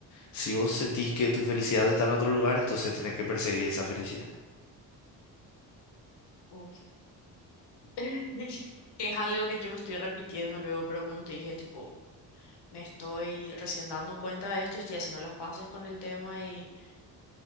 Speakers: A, on the left; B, on the left.
A: Si vos sentís que tu felicidad está en otro lugar, entonces tenés que perseguir esa felicidad.
B: Uf. <laughs> Que es algo que yo me estoy repitiendo luego, pero como te dije, tipo, me estoy recién dando cuenta de esto y estoy haciendo las paces con el tema y